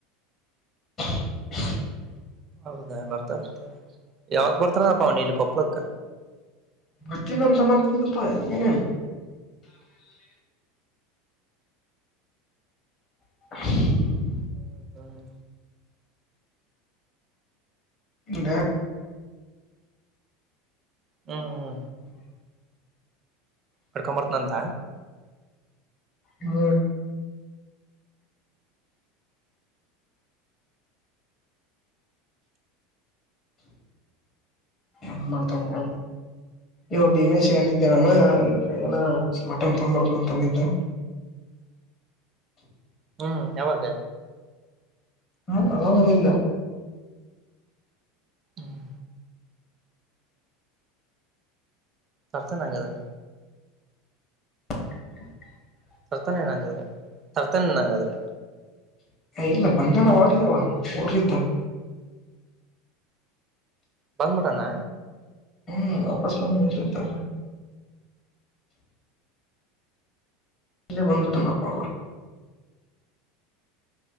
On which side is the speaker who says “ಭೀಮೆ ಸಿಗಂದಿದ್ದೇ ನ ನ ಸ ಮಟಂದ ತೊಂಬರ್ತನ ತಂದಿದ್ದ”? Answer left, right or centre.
Left